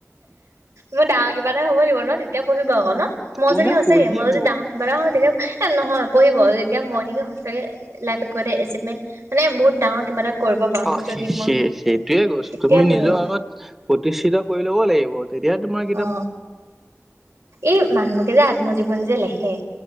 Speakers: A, on the right; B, in the centre.
A: মই ডাঙৰ কিবা এটা হ'ব লাগিব ন তেতিয়া পঢ়িব আকৌ ন মই
B: কোনে
A: যদি হৈছেগে
B: পঢ়িব
A: মই যদি ডাঙৰ কিবা এটা হয়ওঁ তেতিয়া এ নহয় পঢ়িব তেতিয়া মই নেকি সঁচাকে লাইফত কিবা এটা এচিভমেন্ট মানে বহুত ডাঙৰ কিবা এটা কৰিব পাৰো
B: অ
A: যদি
B: সে
A: মই
B: সে সেইটোয়ে কৈছো
A: তেতিয়া
B: তুমি
A: পঢ়িব
B: নিজৰ আগত প্ৰতিষ্ঠিত কৰি ল'ব লাগিব তেতিয়াহে তোমাক
A: অ এই মানুহবোৰকে যে আত্মজীৱন যে লেখে